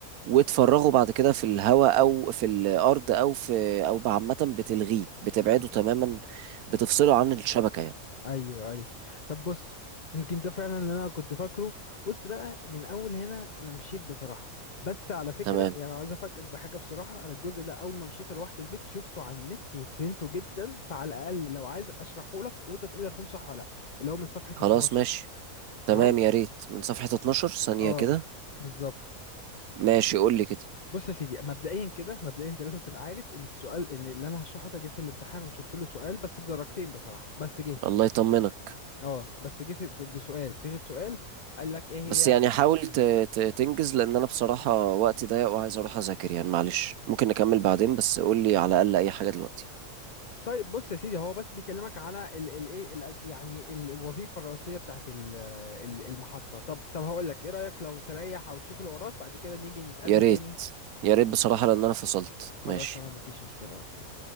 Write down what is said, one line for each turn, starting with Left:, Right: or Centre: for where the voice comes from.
Right: وتفرغه بعد كده في الهواء او في الارض او في او عامة بتلغيه بتبعده
Left: أي-
Right: تماما بتفصله عن الشبكة يعني
Left: ايوه ايوه طب بص يمكن ده فعلا اللي انا كنت فاكره بص بقى من اول هنا انا مشيت بصراحه بس على فكره
Right: تمام
Left: يعني عايز افاجئك بحاجه بصراحه انا الجزء ده اول ما مشيته لوحدي البيت شفته على النت وفهمته جدا فعلى الاقل لو عايز اشرحه لك وانت تقول لي انا فهمت صح ولا لا اللي هو من صفحه
Right: خلاص
Left: 12
Right: ماشي تمام
Left: تمام
Right: يا ريت من صفحة 12 ثانية
Left: اه
Right: كده
Left: بالظبط
Right: ماشي قول لي كده
Left: بص يا سيدي مبدئيا كده مبدئيا انت لازم تبقى عارف ان السؤال ان اللي انا هشرحه ده جه في الامتحان وشفت له سؤال بس بدرجتين بصراحه بس جه
Right: الله يطمنك
Left: اه بس جه في في- بسؤال صيغه سؤال قال لك ايه هي
Right: بس يعني حاول
Left: مم.
Right: ت- ت- تنجز لأن أنا بصراحة وقتي ضيق وعايز أروح أذاكر يعني معلش ممكن نكمل بعدين بس قول لي على الأقل أي حاجة دلوقتي
Left: طيب بص يا سيدي هو بس بيكلمك على ال ال ايه ال يعني ال الوظيفه الرئيسيه بتاعت ال ال المحطه طب طب هقول لك ايه رايك لو تريح او تشوف اللي وراك بعد كده نيجي نتقابل
Right: يا ريت
Left: تاني
Right: يا ريت بصراحة لأن أنا فصلت
Left: خلاص
Right: ماشي
Left: تمام مفيش مشكله اوكي